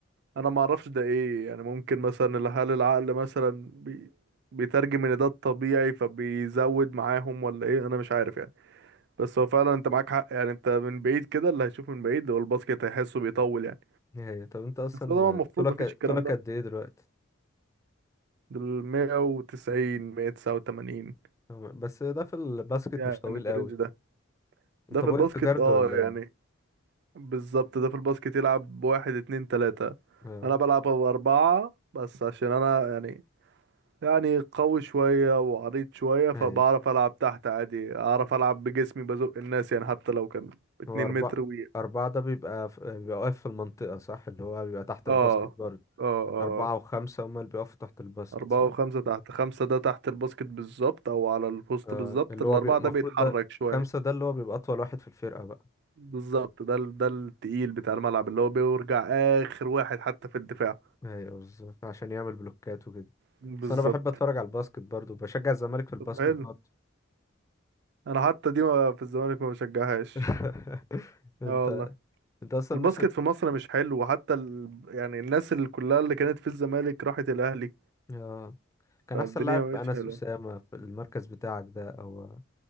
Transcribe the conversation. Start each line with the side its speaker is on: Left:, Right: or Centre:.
Right: انا ما اعرفش ده ايه يعني ممكن مثلا ال- هل العقل مثلا بي... بيترجم ان ده الطبيعي فبيزود معاهم ولا ايه انا مش عارف يعني بس هو فعلا انت معاك حق يعني انت من بعيد كده اللي هيشوف من بعيد هو الباسكت هيحسه بيطول يعني
Left: ايوه طب انت اصلا
Right: بس طبعا المفروض
Left: طولك
Right: مفيش الكلام
Left: طولك
Right: ده
Left: قد ايه دلوقتي
Right: دول 190 189
Left: آه، بس ده في الباسكت
Right: يعني
Left: مش طويل
Right: في
Left: قوي
Right: الرينج ده ده
Left: انت
Right: في
Left: بوينت
Right: الباسكت
Left: جارد
Right: اه
Left: ولا ايه
Right: يعني بالظبط ده في الباسكت يلعب بواحد اتنين تلاتة
Left: اه
Right: انا بلعب بأربعة بس عشان انا يعني يعني قوي شوية وعريض شوية فبعرف
Left: ايوه
Right: العب تحت عادي اعرف العب بجسمي بزق الناس يعني حتى لو كان اتنين
Left: هو أربعة
Right: متر و
Left: أربعة ده بيبقى ف- بيبقى واقف في المنطقة صح اللي هو بيبقى تحت
Right: اه
Left: الباسكت برضه
Right: اه اه
Left: أربعة وخمسة هما اللي بيقفوا تحت الباسكت
Right: أربعة
Left: صح
Right: وخمسة تحت خمسة ده تحت الباسكت بالظبط أو على البوست
Left: اه
Right: بالظبط
Left: اللي
Right: الأربعة
Left: هو بي- المفروض
Right: ده بيتحرك
Left: ده
Right: شوية
Left: خمسة ده اللي هو بيبقى أطول واحد في الفرقة بقى
Right: بالظبط ده ال- ده التقيل بتاع الملعب اللي هو بيرجع آخر واحد حتى في الدفاع
Left: ايوه بالظبط عشان يعمل بلوكات وكده
Right: بالظبط
Left: بس أنا بحب أتفرج على الباسكت برضه بشجع الزمالك في الباسكت
Right: طب حلو
Left: برضه
Right: انا حتى دي ما- في الزمالك ما بشجعهاش
Left: <laughs> انت
Right: اه والله
Left: انت اصلا
Right: الباسكت
Left: نفسك
Right: في مصر مش حلو وحتى ال... يعني الناس اللي كلها اللي كانت في الزمالك راحت الاهلي
Left: اه كان
Right: فالدنيا
Left: احسن لاعب
Right: ما بقتش
Left: انس
Right: حلوه
Left: اسامه في المركز بتاعك ده او